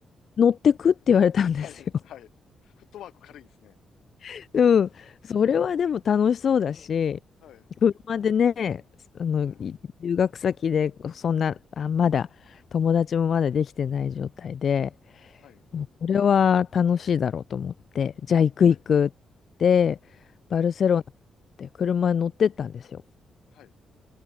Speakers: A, on the left; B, on the left.
A: 乗ってくって言われたんですよ。
B: はい、はい。フットワーク軽いですね。
A: <laughs> うん。それはでも楽しそうだし、
B: <laughs> はい、
A: 車でね、あの、
B: はい、
A: い留学先で、そんな、あ、まだ、友達もまだできてない状態で、
B: はい、
A: これは楽しいだろうと思って、じゃあ行く行くって、
B: はい、はい、
A: バルセロナって車に乗ってったんですよ。
B: はい、